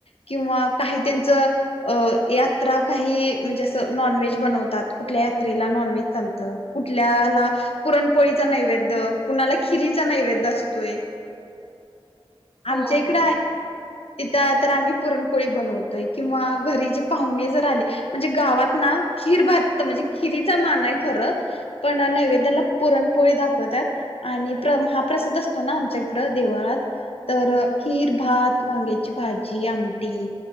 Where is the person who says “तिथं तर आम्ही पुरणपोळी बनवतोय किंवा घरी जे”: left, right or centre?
Left